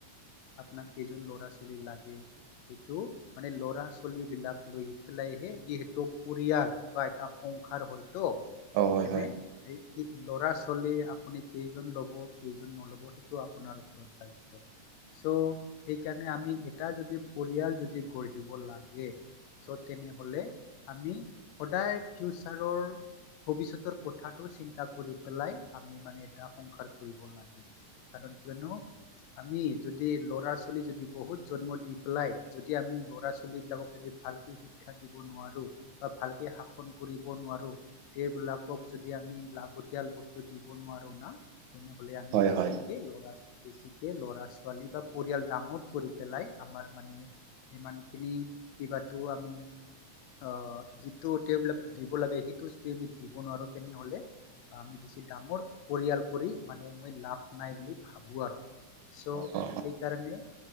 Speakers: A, on the left; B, on the right.
A: আপোনাক কেইজন ল'ৰা। লাগে সেইটো মানে ল'ৰা ছোৱালী বিলাক লৈ পেলাইহে যিহেতু পৰিয়াল। বা এটাৰ সংসাৰ হয়তো সেইখনে
B: হয় হয়
A: এই। কি ল'ৰা ছোৱালী আপুনি কেইজন ল'ব। কেইজন নল'ব সেইটো আপোনাৰ ওপৰত দায়িত্ব। চ' সেইকাৰণে আমি এটা যদি পৰিয়াল যদি গঢ়িব লাগে। চ' তেনে হ'লে আমি সদায় ফিউচাৰৰ। ভৱিষ্যতৰ কথাটো চিন্তা কৰি পেলাই আমি মানে এটা সংসাৰ। কৰিব লাগে কাৰণ কিয়নো। আমি যদি ল'ৰা ছোৱালী যদি বহুত জন্ম দি পেলাই যদি আমি ল'ৰা ছোৱালী বিলাকক যদি। ভালকে শিক্ষা দিব নোৱাৰো বা ভালকে শাসন কৰিব নোৱাৰো। সেইবিলাকক যদি আমি লাগতিয়াল বস্তু দিব নোৱাৰো না। তেনেহলে আমি
B: হয়
A: বেছিকে
B: হয়
A: ল'ৰা আ। বেছিকে ল'ৰা ছোৱালী বা পৰিয়াল ডাঙৰ কৰি পেলাই আমাৰ মানে। সিমানখিনি কিবাতো আমি। আহ যিটো তেওঁবিলাকক দিব লাগে সেইটো য আমি দিব নোৱাৰো তেনে হ'লে। আমি বেছি ডাঙৰ পৰিয়াল। ম মই লাভ নাই বুলি ভাবো আৰু চ
B: অ অ
A: সেইকাৰণে।